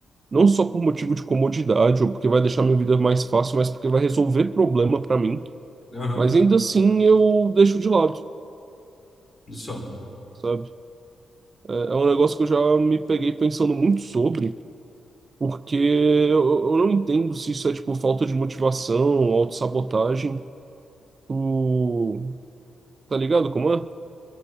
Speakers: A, on the right; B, on the left.
A: não só por motivo de comodidade ou porque vai deixar minha vida mais fácil, mas porque vai resolver problema para mim.
B: aham,
A: Mas ainda assim eu deixo de lado,
B: Olha só.
A: sabe? É é um negócio que eu já me peguei pensando muito sobre, porque eu eu não entendo se isso é tipo falta de motivação, autossabotagem, o... tá ligado como é?